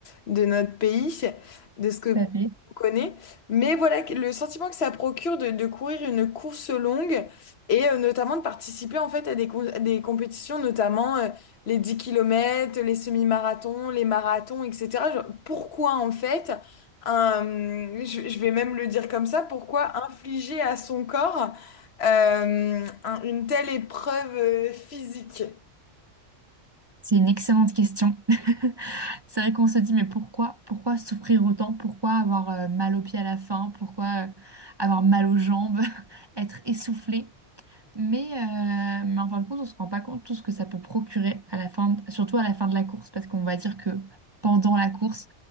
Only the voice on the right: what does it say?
Tout à fait.
C'est une excellente question. <laughs> C'est vrai qu'on se dit, mais pourquoi, pourquoi souffrir autant? Pourquoi avoir euh, mal aux pieds à la fin? Pourquoi euh, avoir mal aux jambes? <laughs> Être essoufflé? Mais, euh, mais en fin de compte, on se rend pas compte tout ce que ça peut procurer à la fin, de- surtout à la fin de la course, parce qu'on va dire que pendant la course,